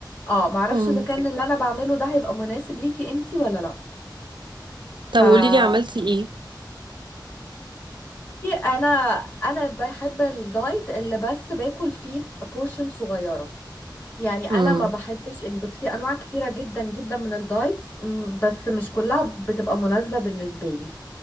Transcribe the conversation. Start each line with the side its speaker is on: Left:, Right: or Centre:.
Left: اه ما اعرفش
Right: أمم.
Left: اذا كان اللي انا بعمله ده هيبقى مناسب ليكي انتي ولا لا فبصي
Right: طب قولي لي عملتي ايه
Left: انا انا بحب الدايت اللي بس باكل فيه بورشن صغيره يعني انا
Right: أمم.
Left: ما بحبش يعني بس في انواع كتيره جدا جدا من الدايتس م، بس مش كلها بتبقى مناسبه بالنسبه لي